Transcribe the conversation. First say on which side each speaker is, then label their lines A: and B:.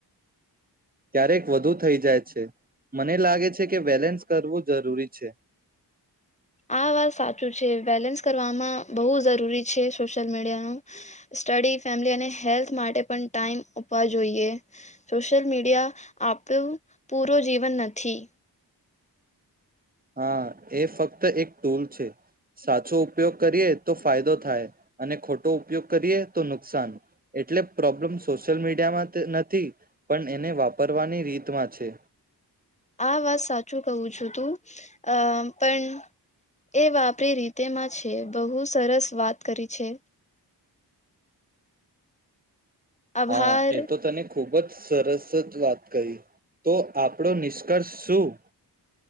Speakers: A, on the right (about 20°); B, on the left (about 15°).
A: ક્યારેક વધુ થઈ જાય છે. મને લાગે છે કે બેલેન્સ કરવું જરૂરી છે
B: આ વાત સાચું છે. બેલેન્સ કરવામાં બહુ જરૂરી છે સોશિયલ મીડિયાનું. સ્ટડી, ફેમિલી અને હેલ્થ માટે પણ ટાઈમ આપવા જોઈએ. સોશિયલ મીડિયા આપણું પૂરો જીવન નથી.
A: હા, એ ફક્ત એક ટૂલ છે. સાચો ઉપયોગ કરીએ તો ફાયદો થાય, અને ખોટો ઉપયોગ કરીએ તો નુકસાન. એટલે પ્રોબ્લેમ સો સોશિયલ મીડિયામાં ત નથી, પન એને વાપરવાની રીતમાં છે.
B: આ વાત સાચું કહું છું, તું. અમ્મ. પણ એ વાપરી રીતેમાં છે. બહુ સરસ વાત કરી છે. આભાર
A: હા એ તો તને ખૂબ જ સરસ જ વાત કહી. તો આપણો નિષ્કર્ષ શું?